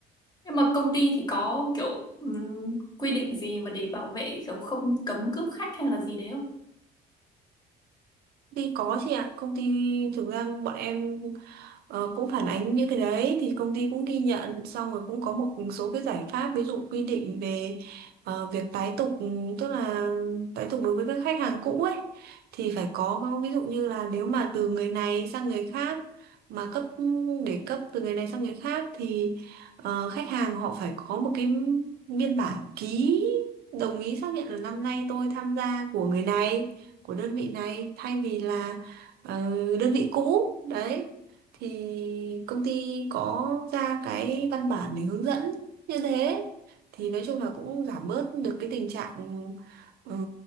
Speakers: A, on the left; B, on the right.
A: nhưng mà công ty thì có kiểu ừm, quy định gì mà để bảo vệ kiểu không cấm cướp khách hay là gì đấy
B: Đi có chị ạ, công ty thực ra bọn em ờ, cũng phản ánh những cái đấy thì công ty cũng ghi nhận xong rồi cũng có một số cái giải pháp ví dụ quy định về ờ, việc tái tục tức là tái tục đối với các khách hàng cũ ấy thì phải có ví dụ như là nếu mà từ người này sang người khác mà cấp để cấp từ người này sang người khác thì ờ, khách hàng họ phải có một cái biên bản ký đồng ý xác nhận là năm nay tôi tham gia của người này của đơn vị này thay vì là ờ, đơn vị cũ đấy thì công ty có ra cái văn bản để hướng dẫn như thế thì nói chung là cũng giảm bớt được cái tình trạng ừ,